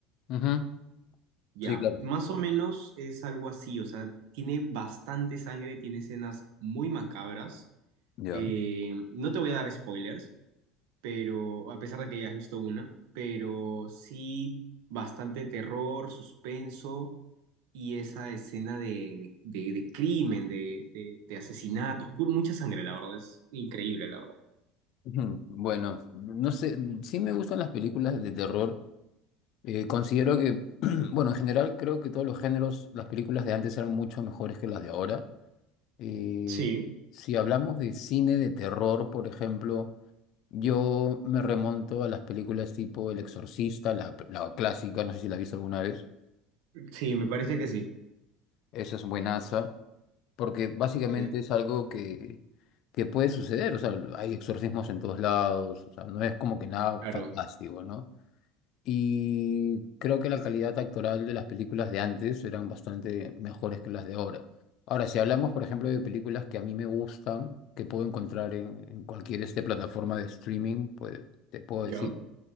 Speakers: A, on the left; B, on the right.
A: Ujú.
B: Ya,
A: Sí, claro.
B: más o menos es algo así, o sea, tiene bastante sangre, tiene escenas muy macabras
A: Ya.
B: Eh, no te voy a dar spoilers, pero a pesar de que ya has visto una, pero sí bastante terror, suspenso y esa escena de, de- de- de crimen, de, de- de asesinatos, puro, mucha sangre, la verdad, es increíble, la verdad.
A: Ujú. Bueno, no sé, sí me gustan las películas de terror. Eh, considero que, <clears throat> bueno, en general creo que todos los géneros, las películas de antes eran mucho mejores que las de ahora. Eh,
B: Sí,
A: si hablamos de cine de terror, por ejemplo. Yo me remonto a las películas tipo El Exorcista, la, la clásica, no sé si la viste alguna vez.
B: sí, me parece que sí.
A: Esa es buenaza, porque básicamente
B: Eh,
A: es algo que, que puede suceder. O sea, hay exorcismos en todos lados, o sea, no es como que nada
B: Claro,
A: fantástico, ¿no? Y creo que la calidad actoral de las películas de antes eran bastante mejores que las de ahora. Ahora, si hablamos, por ejemplo, de películas que a mí me gustan, que puedo encontrar en, en cualquier este plataforma de streaming, pues te puedo
B: yo.
A: decir.